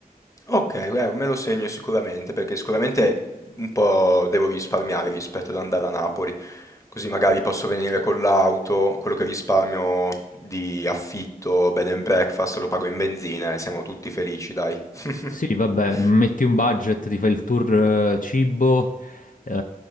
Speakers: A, on the left; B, on the left.
A: Ok, eh, me lo segno sicuramente, perché sicuramente un po' devo risparmiare rispetto ad andare a Napoli, così magari posso venire con l'auto, quello che risparmio di affitto, bed and breakfast, lo pago in benzina e siamo tutti felici, dai. <laughs>
B: Sì, vabbè, metti un budget, ti fai il tour eh, cibo, eh,